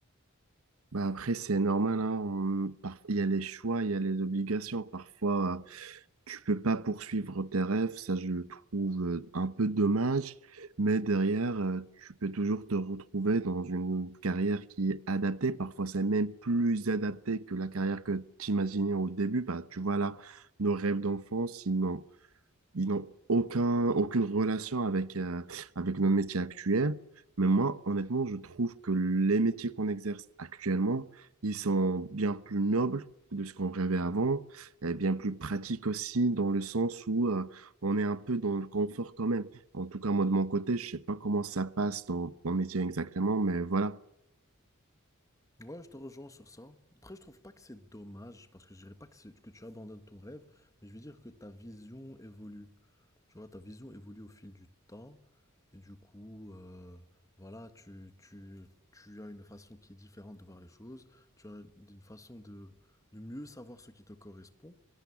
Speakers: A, on the right (about 75°); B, on the left (about 15°).
A: Bah après, c'est normal, hein, on- par- Il y a les choix, il y a les obligations. Parfois, euh, tu peux pas poursuivre tes rêves, ça je le trouve euh, un peu dommage, mais derrière, euh, tu peux toujours te retrouver dans une carrière qui est adaptée. Parfois, c'est même plus adapté que la carrière que tu imaginais au début. Bah, tu vois là, nos rêves d'enfance, ils n'ont ils n'ont aucun, aucune relation avec, euh, avec nos métiers actuels. Mais moi, honnêtement, je trouve que les métiers qu'on exerce actuellement, ils sont bien plus nobles que de ce qu'on rêvait avant, et bien plus pratiques aussi, dans le sens où euh, on est un peu dans le confort quand même. En tout cas, moi, de mon côté, je sais pas comment ça passe dans mon métier exactement, mais voilà.
B: Ouais, je te rejoins sur ça. Après, je trouve pas que c'est dommage, parce que je dirais pas que, c'est- que tu abandonnes ton rêve, mais je veux dire que ta vision évolue. Tu vois, ta vision évolue au fil du temps, et du coup, euh, voilà, tu, tu, tu as une façon qui est différente de voir les choses, tu as une façon de, de mieux savoir ce qui te correspond.